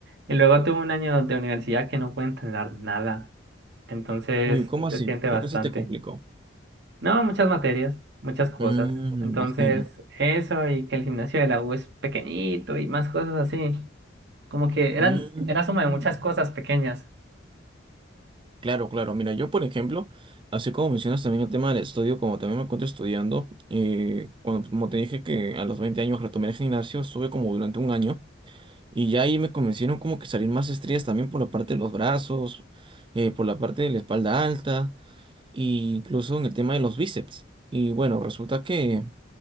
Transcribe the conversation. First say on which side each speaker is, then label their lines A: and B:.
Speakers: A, on the right; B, on the right.
A: y luego tuve un año de universidad que no pude entrenar nada, entonces
B: Uy, ¿cómo
A: se
B: así?
A: siente bastante.
B: ¿Por qué se te complicó?
A: No, muchas materias, muchas cosas.
B: Mm, me
A: Entonces,
B: imagino.
A: eso y que el gimnasio de la U es pequeñito y más cosas así, como que
B: Mm,
A: eran, era suma de muchas cosas pequeñas.
B: Claro, claro. Mira, yo por ejemplo, así como mencionas también el tema del estudio, como también me encuentro estudiando, eh, cuando- como te dije que a los 20 años retomé el gimnasio, estuve como durante un año y ya ahí me convencieron como que salir más estrías también por la parte de los brazos, eh, por la parte de la espalda alta. y incluso en el tema de los bíceps. Y bueno, resulta que